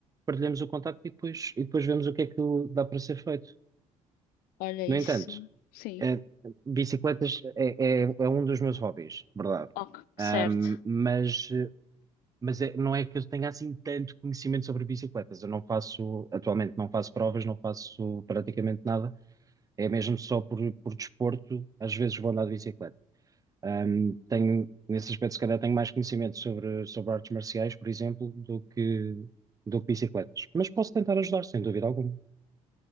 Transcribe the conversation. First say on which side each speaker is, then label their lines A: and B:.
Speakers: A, on the right (about 25°); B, on the left (about 75°).
A: partilhamos o contacto e depois, e depois vemos o que é que dá para ser feito.
B: Olha, isso.
A: No entanto,
B: Sim.
A: eh, bicicletas é, é, é um dos meus hobbies, verdade.
B: Ok, certo.
A: Um, mas eh, mas é- não é que eu tenha assim tanto conhecimento sobre bicicletas. Eu não faço, atualmente não faço provas, não faço praticamente nada é mesmo só por, por desporto, às vezes vou andar de bicicleta. Ahm, tenho, nesse aspecto, se calhar, tenho mais conhecimento sobre, sobre artes marciais, por exemplo, do que, do que bicicletas. Mas posso tentar ajudar, sem dúvida alguma.